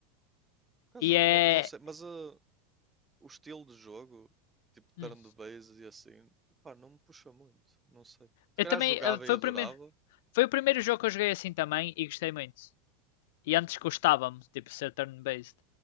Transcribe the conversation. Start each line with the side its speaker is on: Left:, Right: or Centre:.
Right: Por acaso
Left: E é.
Right: não, não sei, mas ah, o estilo de jogo, tipo turn-based
Left: hum.
Right: e assim, pá, não me puxa muito. Não sei. Se
Left: Eu
Right: calhar
Left: também.
Right: jogava
Left: eh, Foi
Right: e adorava.
Left: o, primeiro, foi o primeiro jogo que eu joguei assim também e gostei muito. E antes gostava-me, tipo, ser turn-based.